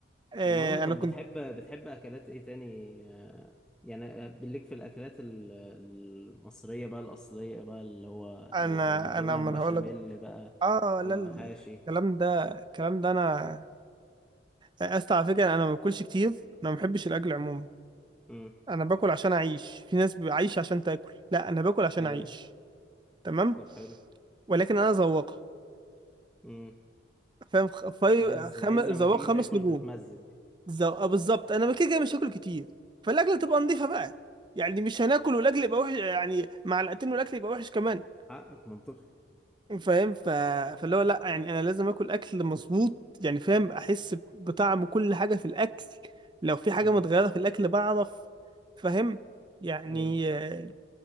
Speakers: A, on the right; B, in the centre.
A: آه
B: المهم طب
A: انا كنت
B: بتحب بتحب اكلات ايه تاني آه، يعني بالليك في الاكلات ال- المصريه بقى الاصليه بقى اللي هو
A: انا
B: المكرونه
A: انا من
B: بالبشاميل
A: هقول لك
B: بقى
A: اه
B: المحاشي
A: لا الكلام ده الكلام ده انا اسف على فكرة انا ما باكلش كتير انا ما بحبش الاكل عموما
B: امم
A: انا باكل عشان اعيش في ناس عايشة عشان تاكل لا انا باكل عشان
B: ايوه
A: اعيش تمام
B: طب حلو
A: ولكن انا ذواق
B: امم
A: فاهم خ- فريق
B: عايز
A: خم...
B: عايز لما
A: زوار
B: تيجي
A: خمس
B: تاكل
A: نجوم
B: تتمزج
A: زو... آه بالظبط انا كده كده مش هاكل كتير فالاكله تبقى نظيفه بقى يعني مش هناكل والاكل يبقى وحش يعني معلقتين والاكل يبقى وحش كمان
B: حقك منطقي
A: فاهم ف... فاللي هو لا يعني انا لازم اكل اكل مظبوط يعني فاهم احس بطعم كل حاجه في الاكل لو في حاجه
B: امم
A: متغيره في الاكل بعرف فاهم يعني
B: ايوه
A: آه،